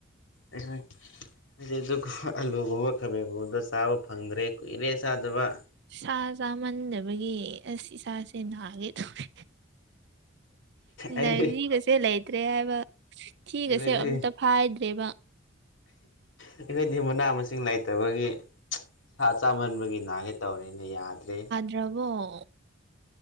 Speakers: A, on the left; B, on the right.
A: ꯑꯗꯨꯣꯏ <inaudible> ꯍꯧꯖꯤꯛ ꯑꯗꯨꯒꯨꯝꯕ ꯑꯂꯨꯒꯨꯝꯕ ꯈꯥꯕꯦꯟꯒꯨꯝꯕꯗ ꯆꯥꯕ ꯐꯪꯗ꯭ꯔꯦ ꯀꯨꯏꯔꯦ ꯆꯥꯗꯕ
B: ꯁꯥ ꯆꯥꯃꯟꯗꯕꯒꯤ ꯏꯁꯥꯁꯦ ꯅꯥꯒꯦ ꯇꯧꯑꯦ
A: ꯑꯩꯗꯤ
B: ꯔꯖꯤꯒꯁꯦ ꯂꯩꯇ꯭ꯔꯦ ꯍꯥꯏꯕ ꯊꯤꯒꯁꯦ
A: ꯑꯩꯈꯣꯏꯗꯤ
B: ꯑꯝꯇ ꯐꯥꯏꯗ꯭ꯔꯦꯕ
A: ꯑꯩꯈꯣꯏꯗꯤ ꯃꯅꯥ ꯃꯁꯤꯡ ꯂꯩꯇꯕꯒꯤ ꯁꯥ ꯆꯥꯝꯃꯟꯕꯒꯤ ꯅꯥꯒꯦ ꯇꯧꯔꯦꯅ ꯌꯥꯗ꯭ꯔꯦ
B: ꯗ꯭ꯔꯕꯣ